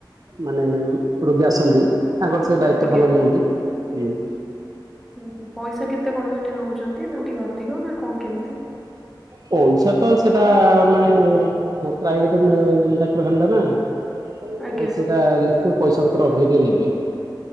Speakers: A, on the right; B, in the centre.
A: ମାନେ ଉଁ। ରୋଗୀ ଆସନ୍ତି ତାଙ୍କର ସବୁ ଦାୟିତ୍ବ
B: ଆଜ୍ଞା।
A: ଭଲ ନିଅନ୍ତି ଉଁ।
B: ହୁଁ ପଇସା କେତେ କଣ ସେଠି ନଉଛନ୍ତି ମାନେ ଟିକେ ଅଧିକ ନା କଁ କେମିତି?
A: ପଇସା ତ ସେଟା ମାନେ ହଁ ପ୍ରାଇଭେଟ୍ ଡାକ୍ତରଖାନା ଟା ନା। ଆଉ
B: ଆଜ୍ଞା
A: ସେଇଟା ନିଶ୍ଚୟ ପଇସା ପତ୍ର ଅଧିକ ଟିକେ ନେବେ।